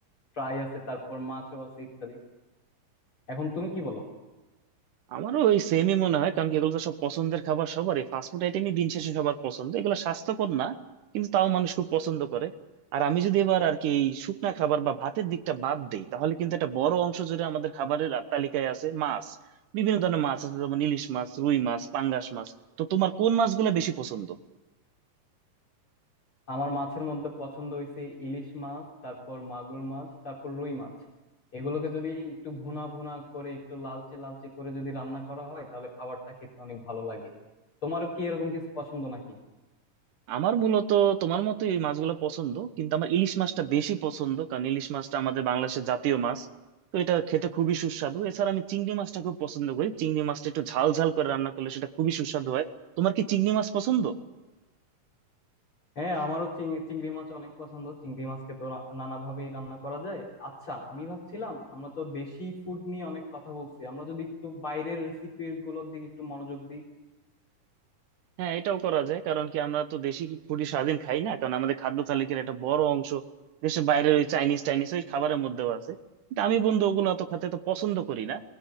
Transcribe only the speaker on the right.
আমারও ওই সেমই মনে হয় কারণ কি এগুলো তো সব পছন্দের খাবার সবার এই ফাস্টফুড আইটেমই দিন শেষে সবার পছন্দ এগুলো স্বাস্থ্যকর না কিন্তু তাও মানুষ খুব পছন্দ করে আর আমি যদি এবার আর কি এই শুকনা খাবার বা ভাতের দিকটা বাদ দিই তাহলে কিন্তু একটা বড় অংশ জুড়ে আমাদের খাবারের আ- তালিকায় আছে মাছ বিভিন্ন ধরনের মাছ আছে যেমন ইলিশ মাছ রুই মাছ পাঙ্গাস মাছ তো তোমার কোন মাছগুলো বেশি পছন্দ
আমার মূলত তোমার মতো এই মাছগুলো পছন্দ কিন্তু আমার ইলিশ মাছটা বেশি পছন্দ কারণ ইলিশ মাছটা আমাদের বাংলাদেশের জাতীয় মাছ তো এটা খেতে খুবই সুস্বাদু এছাড়া আমি চিংড়ি মাছটা খুব পছন্দ করি চিংড়ি মাছটা একটু ঝাল ঝাল করে রান্না করলে সেটা খুবই সুস্বাদু হয় তোমার কি চিংড়ি মাছ পছন্দ
হ্যাঁ এটাও করা যায় কারণ কি আমরা তো দেশি ফুডই সারাদিন খাই না কারণ আমাদের খাদ্য তালিকার একটা বড় অংশ দেশের বাইরে ওই চাইনিজ টাইনিজ ওই খাবারের মধ্যেও আছে কিন্তু আমি বন্ধু ওগুলো অত খেতে তো পছন্দ করি না